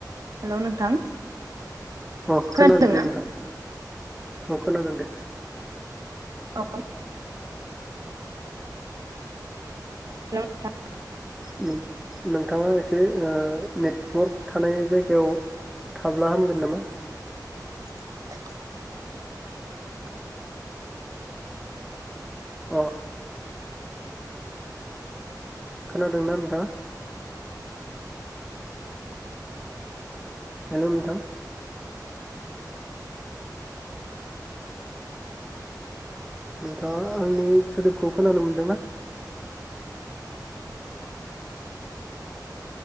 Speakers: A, on the right (about 55°); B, in the centre.
A: हेल नोंथां
B: अ खोनादों
A: खोनादोंना
B: दे नोंथां, अ खोनादों दे
A: औ नों थां
B: नों नोंथाङा एसे ओ नेटवरक थानाय जायगायाव थाब्ला हामगोन नामा?
A: <inaudible>
B: अ खोनादोंना नोंथाङा, हेलौ नोंथां नोंथाङा आंनि सोदोबखौ खोनानो मोनदोंना?